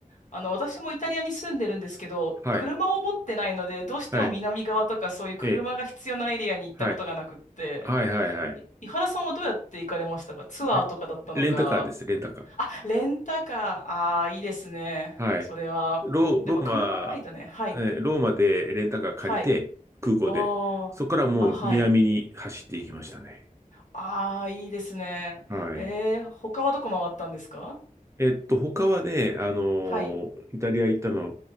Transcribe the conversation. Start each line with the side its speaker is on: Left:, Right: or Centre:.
Left: あの、私もイタリアに住んでるんですけど、
Right: はい。
Left: 車を持ってないので、どうしても南側とかそういう車が必要なエリアに行ったことがなくって、
Right: はい。ええ。はい。はいはいはい。
Left: い井原さんはどうやって行かれましたかツアーとかだったのか。
Right: レレンタカーです、レンタカー。
Left: あ、レンタカー。ああ、いいですね。
Right: はい。
Left: それは。
Right: ロ、ローマ、
Left: やっぱ車がないとね。はい。
Right: えーローマでレンタカー借りて、
Left: はい。
Right: 空港で。
Left: おー。
Right: そこからもう南に走っていきましたね。
Left: あ、はい。ああ、いいですね。
Right: はい。
Left: えー、他はどこ回ったんですか
Right: えっと、他はね、あの
Left: はい。
Right: ーイタリア行ったのは、